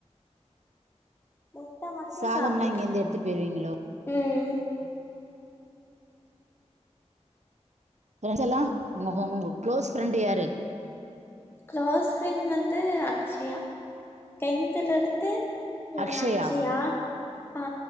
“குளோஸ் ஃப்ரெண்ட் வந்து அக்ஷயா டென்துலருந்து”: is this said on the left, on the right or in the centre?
Left